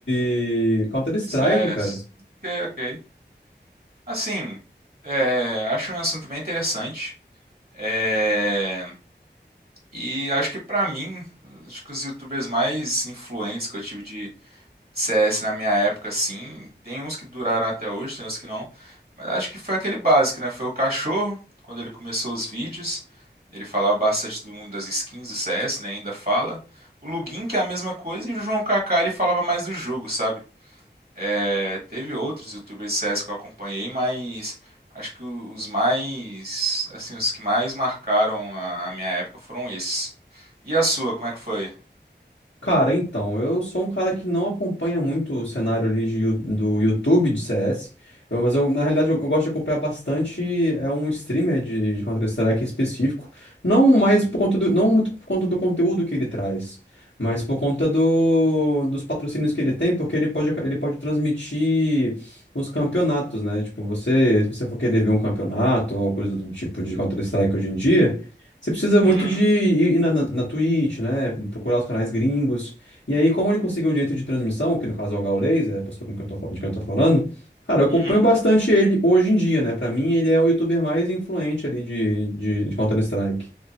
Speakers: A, on the left (about 85°); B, on the right (about 55°).
A: De Counter-Strike,
B: Cés.
A: cara.
B: Ok, ok. Assim, é, acho um assunto bem interessante. É, e acho que pra mim, acho que os YouTubers mais influentes que eu tive de CS na minha época, assim, tem uns que duraram até hoje, tem uns que não. Mas acho que foi aquele básico, né? Foi o Cachorro, quando ele começou os vídeos. Ele falava bastante do mundo das skins do CS, né? Ainda fala. O Lugin, que é a mesma coisa, e o João Kaká, ele falava mais do jogo, sabe? É, teve outros youtubers de CS que eu acompanhei, mas acho que o- os mais, assim, os que mais marcaram a, a minha época foram esses. E a sua, como é que foi?
A: Cara, então, eu sou um cara que não acompanha muito o cenário ali de Yu- do YouTube de CS, eu- mas eu, na realidade eu, eu gosto de acompanhar bastante é um streamer de, de Counter-Strike específico, não mais por conta do, não muito por conta do conteúdo que ele traz, mas por conta do, dos patrocínios que ele tem, porque ele pode, ele pode transmitir os campeonatos, né? Tipo, você, se você for querer ver um campeonato ou alguma coisa do tipo de Counter-Strike hoje em dia, você precisa muito
B: Uhum,
A: de ir ir na, na, na Twitch, né? Procurar os canais gringos. E aí, como ele conseguiu o direito de transmissão, que no caso é o Gaules, é a pessoa com quem eu tô, fal- de quem eu tô falando, cara, eu acompanho
B: uhum,
A: bastante ele hoje em dia, né? Pra mim, ele é o youtuber mais influente ali de, de, de Counter-Strike.